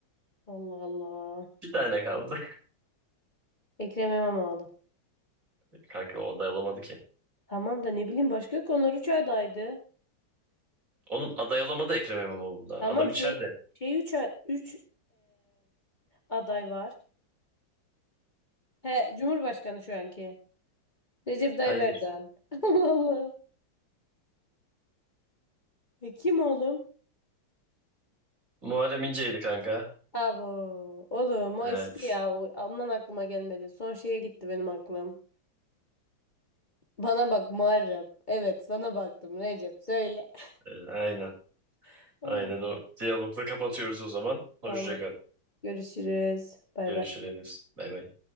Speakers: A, on the left; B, on the right.
A: Allah Allah.
B: Bir tane kaldı.
A: Ekrem İmamoğlu.
B: <laughs> Kanka o aday olamadı ki.
A: Tamam da ne bileyim başka yok. Onlar 3 adaydı.
B: Oğlum aday olamadı Ekrem İmamoğlu'nda.
A: Tamam
B: Adam içeride.
A: şey şey üç 3 aday var. He Cumhurbaşkanı şu anki. Recep Tayyip
B: Hayır.
A: Erdoğan. <laughs> Allah Allah. E, kim oğlum?
B: Muharrem İnce'ydi kanka.
A: Abo. Oğlum o
B: Evet.
A: eski ya. O, ondan aklıma gelmedi. Son şeye gitti benim aklım. Bana bak Muharrem. Evet sana baktım Recep söyle.
B: Ee, Aynen.
A: <laughs> O
B: Aynen
A: gün.
B: o diyalogla kapatıyoruz o zaman. Hoşça
A: Tamam.
B: kal.
A: Görüşürüz. Bay
B: Görüşürüz.
A: bay.
B: Bay bay.